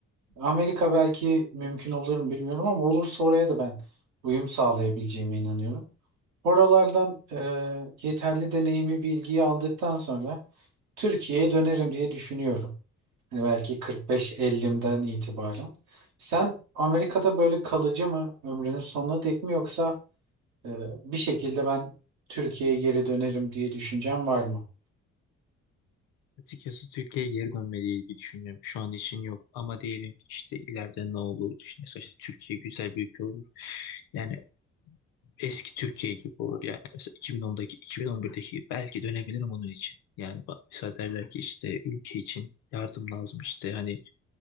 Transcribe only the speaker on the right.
Amerika belki mümkün olur mu bilmiyorum ama olursa oraya da ben uyum sağlayabileceğime inanıyorum. Oralardan e, yeterli deneyimi, bilgiyi aldıktan sonra Türkiye'ye dönerim diye düşünüyorum. Hani belki 45-50'den itibaren. Sen Amerika'da böyle kalıcı mı ömrünün sonuna dek mi yoksa e, bir şekilde ben Türkiye'ye geri dönerim diye düşüncen var mı?